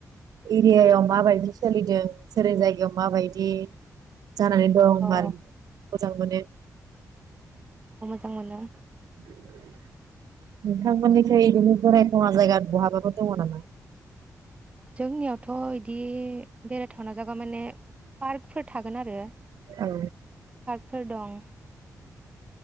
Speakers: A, on the right; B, on the right.
A: एरियायाव माबायदि सोलिदों जेरै जायगायाव माबायदि जानानै दं <inaudible>
B: औ औ
A: मोजां मोनो
B: नुनो मोनो।
A: <unintelligible> नोंथांमोननिखै बिदि बेरायथावना जायगा बहाबाफोर दङ नामा?
B: जोंनियावथ' इदि बेराय थावना जागा माने पार्कफोर थागोन आरो
A: औ
B: फोर दं